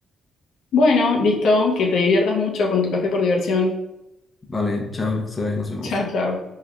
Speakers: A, on the left; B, on the left.
A: Bueno, listo, que te diviertas mucho con tu café por diversión.
B: Vale, chao, Zoe, nos vemos.
A: <laughs> Chao, chao.